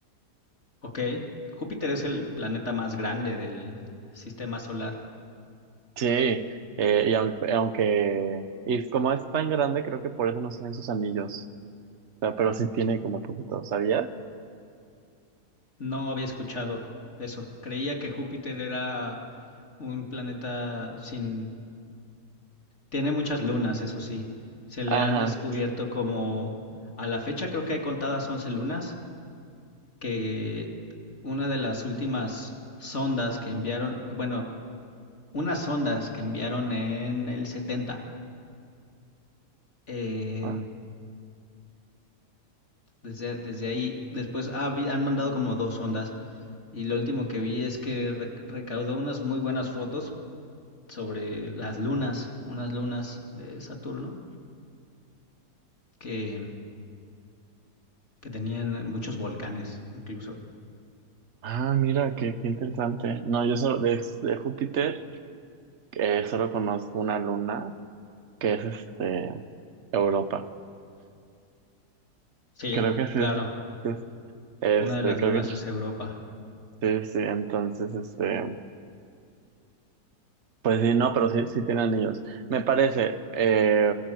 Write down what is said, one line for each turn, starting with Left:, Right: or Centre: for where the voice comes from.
Left: ok. Júpiter es el planeta más grande del sistema solar.
Right: Sí, eh, y aunque, aunque y como es tan grande, creo que por eso no se ven sus anillos. O sea, pero sí tiene como poquito, ¿sabías?
Left: No había escuchado eso. Creía que Júpiter era un planeta sin... Tiene muchas lunas, eso sí. Se le
Right: Ajá.
Left: han descubierto como... A la fecha creo que hay contadas 11 lunas, que una de las últimas sondas que enviaron, bueno, unas sondas que enviaron en el setenta eh,
Right: Ah,
Left: desde, desde ahí, después ha habi- han mandado como dos sondas y lo último que vi es que re- recaudó unas muy buenas fotos sobre las lunas, unas lunas de Saturno que, que tenían muchos volcanes incluso.
Right: ah, mira, qué, qué interesante. No, yo solo de, de Júpiter eh, solo conozco una luna que es este Europa.
Left: Sí,
Right: Creo que sí
Left: claro,
Right: es, sí es- este,
Left: una de las
Right: creo
Left: lunas
Right: que
Left: es Europa.
Right: sí, sí, entonces este, pues sí, no, pero sí, sí tiene anillos. Me parece, eh,